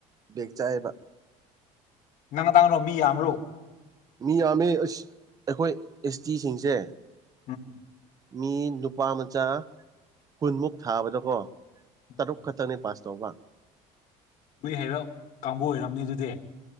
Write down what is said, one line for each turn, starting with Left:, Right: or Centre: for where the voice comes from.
Right: ꯕꯦꯛ ꯆꯥꯏꯑꯦꯕ
Left: ꯅꯪ ꯈꯇꯥꯡꯔꯣ ꯃꯤ ꯌꯥꯝꯔꯣ
Right: ꯃꯤ ꯌꯥꯝꯃꯤ ꯑꯁ ꯑꯩꯈꯣꯏ ꯑꯦꯁ ꯇꯤꯁꯤꯡꯁꯦ
Left: ꯎꯝ ꯎꯝ
Right: ꯃꯤ ꯅꯨꯄꯥ ꯃꯆꯥ ꯀꯨꯟꯃꯨꯛ ꯊꯥꯕꯗꯀꯣ
Left: ꯎꯝ
Right: ꯇꯔꯨꯛ ꯈꯇꯔꯅꯤ ꯄꯥꯁ ꯇ ꯋꯥ
Left: ꯂꯨꯏ ꯍꯥꯏꯔꯞ ꯀꯥꯡꯕꯨ ꯑꯣꯏꯔꯝꯅꯤ ꯑꯗꯨꯗꯤ